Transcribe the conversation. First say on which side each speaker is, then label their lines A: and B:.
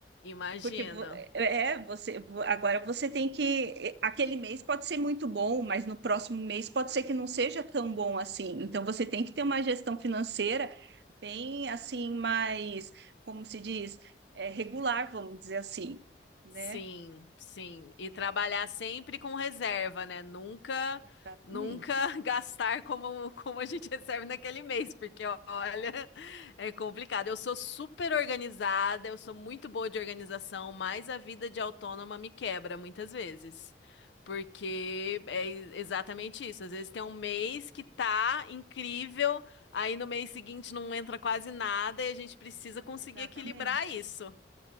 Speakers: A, on the left; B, on the right.
A: Imagino.
B: Porque vo- é, é, você agora você tem que aquele mês pode ser muito bom, mas no próximo mês pode ser que não seja tão bom assim. Então você tem que ter uma gestão financeira bem assim, mais, como se diz, é, regular, vamos dizer assim, né?
A: Sim, sim. E trabalhar sempre com reserva, né? Nunca,
B: Exatamente.
A: nunca <laughs> gastar como, como a gente recebe naquele mês, porque olha, <laughs> é complicado. Eu sou super organizada, eu sou muito boa de organização, mas a vida de autônoma me quebra muitas vezes. Porque é exatamente isso. Às vezes tem um mês que tá incrível, aí no mês seguinte não entra quase nada e a gente precisa conseguir
B: Exatamente.
A: equilibrar isso.